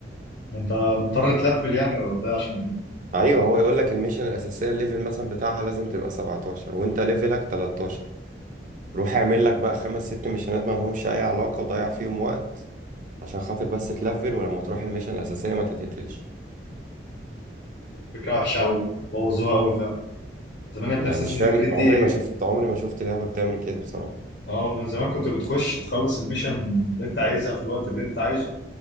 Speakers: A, on the left; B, on the right.
A: أنت مضطر تلفل يعني ولا ده عشان إيه؟
B: ايوه هو يقول لك الميشن الاساسيه الليفل مثلا بتاعها لازم تبقى 17 وانت ليفلك 13 روح اعمل لك بقى خمس ست ميشنات ما لهمش اي علاقه وضيع فيهم وقت عشان خاطر بس تلفل ولما تروح الميشن الاساسيه ما تتقتلش
A: فكرة وحشة أوي بوظوها أوي فعلا زمان يا
B: يعني
A: ابني أساسنز
B: مش فاهم
A: كريد دي
B: عمري ما شفت عمري ما شفت لعبه بتعمل كده بصراحه
A: اه والله من زمان كنت بتخش تخلص الميشن اللي انت عايزها في الوقت اللي انت عايزه